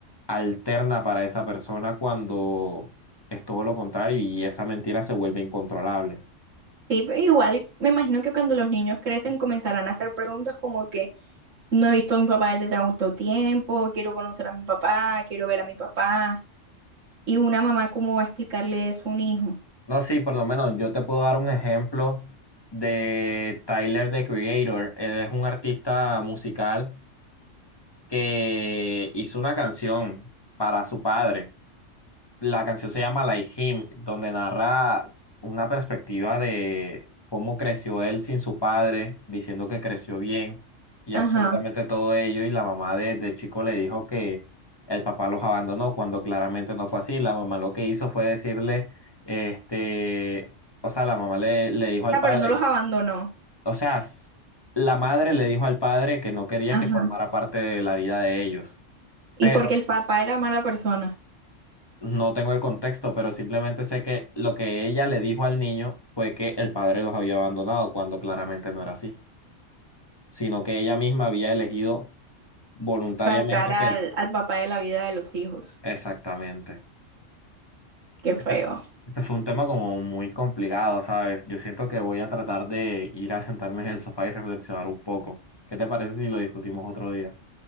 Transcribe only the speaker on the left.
alterna para esa persona cuando es todo lo contrario y esa mentira se vuelve incontrolable.
No, sí, por lo menos yo te puedo dar un ejemplo de Tyler, the Creator. Él es un artista musical que hizo una canción para su padre. La canción se llama Like Him, donde narra una perspectiva de cómo creció él sin su padre, diciendo que creció bien y
absolutamente todo ello. Y la mamá desde chico le dijo que el papá los abandonó, cuando claramente no fue así. La mamá lo que hizo fue decirle, este, o sea, la mamá le, le dijo al
padre,
no,
o sea, s- la madre le dijo al padre que no quería
que formara parte de la vida de ellos.
pero
No tengo el contexto, pero simplemente sé que lo que ella le dijo al niño fue que el padre los había abandonado, cuando claramente no era así, sino que ella misma había elegido voluntariamente
que... el-
Exactamente.
Este, este fue un tema como muy complicado, ¿sabes? Yo siento que voy a tratar de ir a sentarme en el sofá y reflexionar un poco. ¿Qué te parece si lo discutimos otro día?